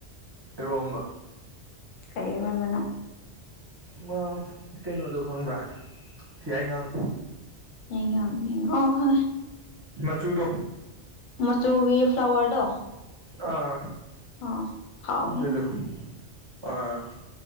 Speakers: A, on the right; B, on the left.
A: ꯏꯔꯣꯝꯕ
B: ꯀꯩ ꯏꯔꯣꯟꯕꯅꯣ
A: ꯃꯥꯎ ꯀꯩꯅꯣꯗꯣ ꯈꯪꯕ꯭ꯔꯥ ꯌꯥꯏꯉꯪ
B: ꯌꯥꯏꯉꯪ ꯌꯥꯏꯉꯪ ꯑꯣ ꯈꯪꯉꯦ
A: ꯃꯆꯨꯗꯣ
B: ꯃꯆꯨꯒꯤ ꯐ꯭ꯂꯥꯋꯔꯗꯣ
A: ꯑꯥ
B: ꯑꯣ ꯍꯥꯎꯕꯅꯤꯅꯦ
A: ꯑꯗꯨꯗꯣ ꯑꯥ